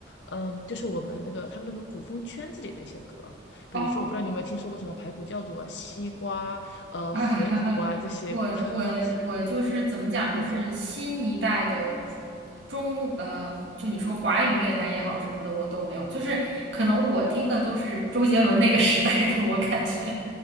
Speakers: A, on the left; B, on the right.
A: 嗯，就是我们那个他们那个古风圈子里的一些歌，比如说我不知道你有没有听说过什么排骨教主啊、
B: 哦，
A: 西瓜、
B: <laughs>
A: 呃、
B: 啊哈哈，
A: 河图啊这些
B: 我我我就是怎么讲，
A: <laughs>
B: 就是新一代的
A: 作者。
B: 中呃，就你说华语乐坛也好什么的，我都没有，就是可能我听的都是周杰伦那个时代的，我感觉，